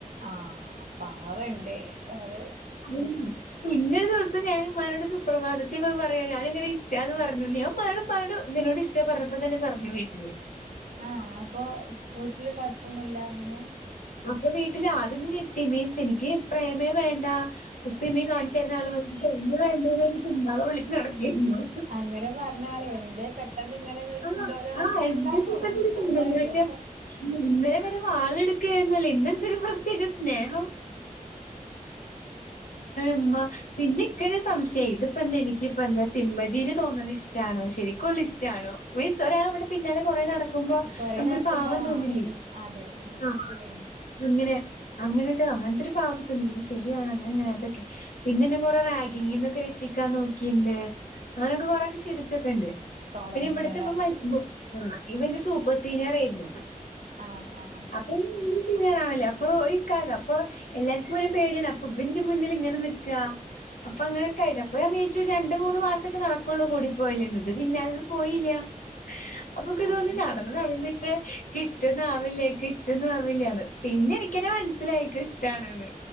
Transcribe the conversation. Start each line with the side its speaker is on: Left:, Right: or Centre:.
Right: ആഹ് പാവണ്ട് അത്.
Left: തെരക്കിലായിരുന്നു. പിന്നൊരു ദിവസം ഞാന് ഇമ്മാനോട് സുപ്രഭാതത്തി പറയാ ഞാനിങ്ങനെ ഇഷ്ടാന്ന് പറഞ്ഞു ഞാൻ ഉമ്മാവോട് പ്പാനോട് മിന്നൂന് ഇഷ്ട പർഞ്ഞപ്പ തന്നെ പർഞ്ഞു വീട്ടില്.
Right: ആഹ! അപ്പൊ വീട്ടില് കൊഴപ്പൊന്നുമില്ല അങ്ങനെ
Left: അപ്പൊ വീട്ടിൽ ആദ്യം ഒന്ന് ഞെട്ടി മീൻസ് എനിക്ക് പ്രേമേ വേണ്ടാ ഉപ്പിമ്മീ കാണിച്ചരുന്നാലും <unintelligible> വിളിച്ചു നടകേര്ന്നു.
Right: അങ്ങനെ പറഞ്ഞാളെ എന്തെ പെട്ടെന്ന് ഇങ്ങനെ ഒരു
Left: ആഹ്
Right: ചിന്ത ഓലെ മനസ്സിലുണ്ടാവും
Left: ആഹ് എന്റെ വീട്ടിന്നൊരു
Right: സ്വാഭാവികോ
Left: പെണ്ണെന്ന് വെച്ചാ ഇന്നലെ വരേ വാളെടുക്കുകുന്നല്ലേ ഇന്നെന്തേ പ്രത്യേക സ്നേഹം. ഉമ്മ പിന്നെ ഇക്കന്നേ സംശയായ് ഇതിപ്പോ എന്താ എനിക്കിപ്പ എന്താ സിമ്മതിയില് തോന്നുന്നത്ഷ ഇണോ ശരിക്കുംള്ള ഇഷ്ടണോ മീൻസ് ഒരാള നമ്മളെ പിന്നാലെ കുറേ നടക്ക ക്കുമ്പോ
Right: കൊറേ
Left: നമുക്കരു
Right: നടക്കുമ്പോ
Left: പാവം
Right: ആഹ്
Left: തോന്നില്ലേ
Right: അതെ
Left: ആഹ്
Right: ശരിയാണ്
Left: ഇങ്ങനെ അങ്ങനെട്ടോ അങ്ങൻത്ത ഒരു പാവക്കതോന്നി പിന്നെ ശരിയാണ്. അങ്ങനെ അങ്ങനെത്തൊക്കെ പിന്നെന്നെ കൊറെ റാഗിങ്ന്നൊക്കെ രക്ഷിക്കാൻ നോക്കിണ്ട് അങ്ങനൊക്കെ കൊറൊക്കെ ശീ ലിച്ചൊക്കെ ഉണ്ട്
Right: കോളേജിന്നല്ലേ
Left: പിന്നെ ഇവിടത്തെ ഇപ ആ ഇവന്റെ സൂപ്പർ സീനിയറേർന്നു
Right: ആഹ് ആ ആ
Left: അപ്പൊ ക്ള്യെയറാണല്ലോ അപ്പൊ ഇക്കക അപ്പൊ എല്ലാർക്കും ഓനെ പേടിയാണ്. കുബിന്റെ മുന്നിൽ ഇങ്ങനെ നിക്കാ അപ്പ അങ്ങനൊക്കെയിലെ അപ്പ ഞാൻ വിചായിച്ചു രണ്ട് മൂന്ന് മാസക്കെ നടക്കൊള്ളൂ കൂടിപ്പോയല്ന്ന് ഇത് പിന്നാലെന്ന് പോയില്ല അപ്പക്ക് ഇതോന്നി
Right: അത്
Left: ആ നടന്നിക്കാ എനി ഇഷ്ടന്ന ആവില്ല എക്ക് ഇഷ്ടന്നും ആവില്ലന്ന് പിന്നെ എനിക്കത നെ മനസ്സിലായി. ണെന്ന്